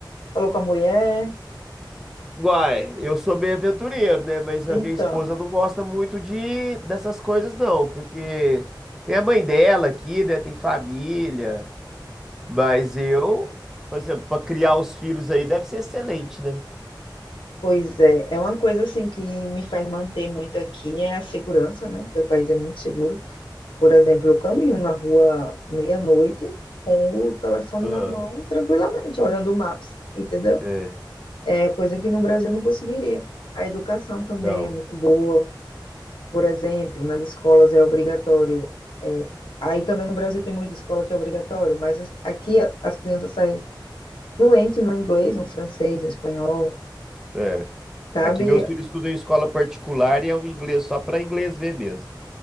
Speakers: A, on the left (about 85°); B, in the centre.
A: Falou com a mulher?
B: Uai, eu sou meio aventureiro, né? Mas
A: Então.
B: a minha esposa não gosta muito de dessas coisas, não, porque tem a mãe dela aqui, né? Tem família. Mas eu, por exemplo, para criar os filhos aí deve ser excelente, né?
A: Pois é, é uma coisa assim que me faz manter muito aqui é a segurança, né? Que o país é muito seguro. Por exemplo, eu caminho na rua meia-noite com o telefone
B: Ah,
A: na mão, tranquilamente, olhando o Maps, entendeu?
B: é,
A: É coisa que no Brasil eu não conseguiria. A educação também
B: não.
A: é muito boa. Por exemplo, nas escolas é obrigatório. é, aí também no Brasil tem muita escola que é obrigatório, mas as- aqui as crianças saem fluentes no inglês, no francês, no espanhol.
B: É.
A: Sabe,
B: Aqui meus filhos estudam em escola particular e é o inglês só para inglês ver mesmo.